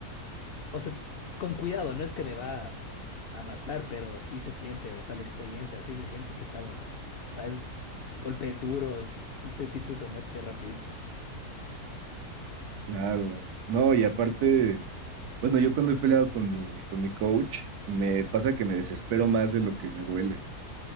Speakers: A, on the left; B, on the right.
A: O sea, con cuidado, no es que me va a matar, pero sí se siente, o sea, la experiencia, sí se siente que saben. O sea, es golpes duros, sí te, sí te somete rapidito.
B: Claro, no, y aparte, bueno, yo cuando he peleado con mi, con mi coach, me pasa que me desespero más de lo que me duele,